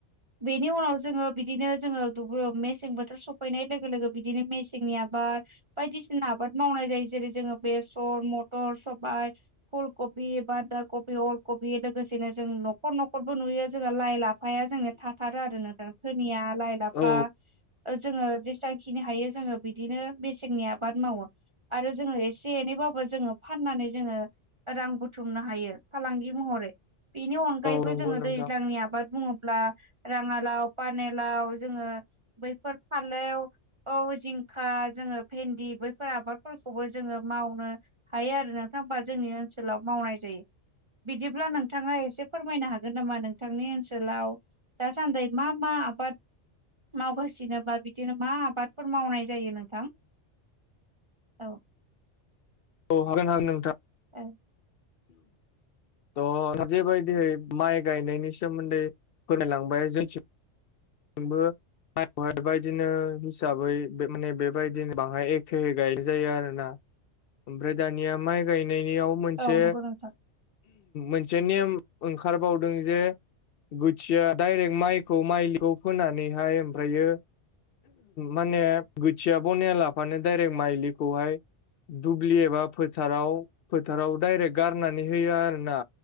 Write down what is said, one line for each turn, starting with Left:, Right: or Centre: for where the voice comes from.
Right: बेनि उनाव जोङो बिदिनो जोङो दुबु मेसें बोथोर सफैनाय लोगो लोगो बिदिनो मेसेंनि आबा आ बायदिसिना आबाद मावनाय जायो जेरै जोङो बेसर, मथर, सबाय, फुल कबि बान्दा कबि अलकबि लोगोसेनो जों न'खर न'खरबो नुयो जोंहा लाइ लाफाया जोंनिया आरो ना दा सोरनिया लाइ लाफा
Left: औ
Right: जोङो जेसां खिनि हायो जोङो बिदिनो मेसेंनि आबाद मावो आरो जोङो एसे एनैबो खौबो जोङो फाननानै जोङो रां बुथुमनो हायो फालांगि महरै। बेनि अनगायैबो
Left: औ नंगौ
Right: जोङो
Left: नोंथां
Right: दैज्लांनि आबाद बुङोब्ला राङालाव फानिलाव जोङो बैफोर फालेव औ जिंखा जोङो ओ भेन्दि बैफोर आबादफोरखौबो जोङो मावनो हायो आरो नोंथां बा जोंनि ओनसोलाव मावनाय जायो बिदिब्ला नोंथाङा एसे फोरमायनो हागोन नामा नोंथांनि ओनसोलाव दासान्दै मा मा आबाद मावगासिनोबा बिदिनो मा आबादफोर मावनाय जायो नोंथां? औ
Left: औ हागोन हागोन नोंथा
Right: ओ
Left: थ' जेबायदिहै माइ गायनायनि सोमोन्दै फोरमायलांबाय जोंथि बो माइ बायदिनो हिसाबै माने बेबायदिनो बाङाय एखेे गायनाय जायो आरोना। ओमफ्राय दानिया माइ गायनायनियाव मोनसे
Right: औ नंगौ नोंथां
Left: मोनसे नेम ओंखारबावदों जे गुथिया डाइरेक्ट माइखौ माइखौ फोनानैहाय ओमफ्रायो माने गोथिया बनाया लाफानो डायरेक्ट माइलिखौहाय दुब्लि एबा फोथाराव फोथाराव डायरेक्ट गारनानै होयो आरोना।